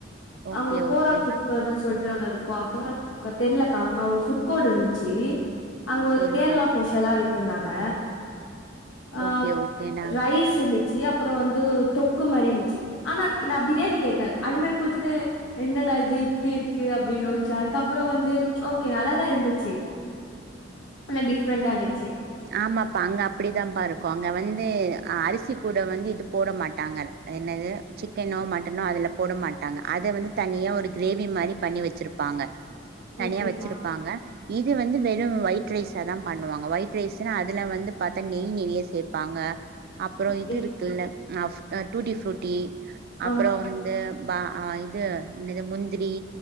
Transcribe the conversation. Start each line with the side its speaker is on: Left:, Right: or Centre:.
Right: ஓகே
Left: அங்க கோரா
Right: ஓகே
Left: ஃப்ட்கோட்ன்னு சொல்லிட்டு ஒன்னு இருக்கு கொர ஃப்கோடு தெரியிலக்கா அங்க ஒரு ஃபுட் கோடு இருந்துச்சு அங்க
Right: சேரிப்பா
Left: ஒரு கேரளா ஸ்பெஷலா வித்ருந்தாங்க அ
Right: ஓகே ஓகேடா
Left: ரைஸ் இருந்துச்சு அப்புறோ வந்து து தொக்குமறி இருந்துச்சு ஆனா நா பிரியாணி கேட்டே அது மாதி கூத்துது என்னடா இது இப்டி இருக்கு அப்படின்னு யோசிச்சா அதுக்கு அப்புறோ வந்து ஓகே நல்லாதா இருந்துச்சு ஆனா டிஃப்ரெண்டா இருந்துச்சு
Right: ஆமாப்பா அங்க அப்படிதா பா இருக்கு அங் அங்க வந்து அ அரிசி கூட வந்து இது போட மாட்டாங்க என்னது சிக்கனோ மட்டனோ அதுல போட மாட்டாங்க அத வந்து தனியா ஒரு கிரேவி மாரி பண்ணி வச்சிருப்பாங்க தனியா
Left: ஓகேப்பா
Right: வச்சிருப்பாங்க இது வந்து வெறு வயி ட்ரேஸ் அதலா பண்ணுவாங்க ஒயிட் ரைஸ்ன்னா அதுல வந்து பார்த்தா நெய் நெறய சேப்பாங்க அப்புறோ
Left: ஓகே
Right: இது இருக்குல்ல ஆஃப் டூடிஃப்ரூட்டி அப்புறோ
Left: ஆ
Right: வந்து பா ஆ இது என்னது முந்திரி